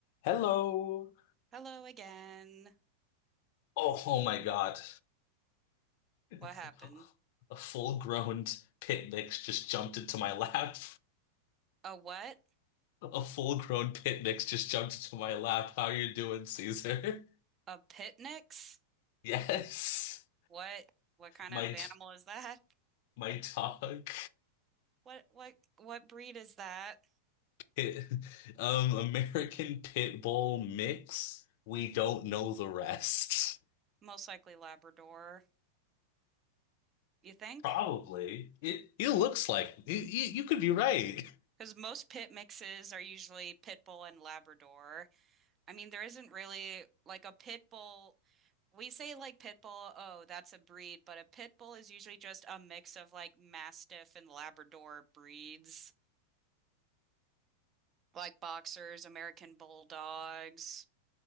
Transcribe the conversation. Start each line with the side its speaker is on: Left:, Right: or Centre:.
Left: Hello.
Right: Hello again.
Left: Oh, oh my God. <laughs>
Right: What happened?
Left: A full-grown pit mix just jumped into my lap.
Right: A what?
Left: A full-grown pit mix just jumped into my lap. How you doing, Caesar? <laughs>
Right: A pitnix?
Left: Yes.
Right: What what kind
Left: My
Right: of animal is that? <laughs>
Left: my dog.
Right: What what what breed is that?
Left: Pit- <laughs> um American Pit Bull mix. We don't know the rest.
Right: Most likely Labrador, you think?
Left: Probably. It he looks like you, you you could be right.
Right: Because most pit mixes are usually pit bull and Labrador. I mean, there isn't really like a pit bull. We say like pit bull, oh, that's a breed, but a pit bull is usually just a mix of like Mastiff and Labrador breeds, like boxers, American bulldogs.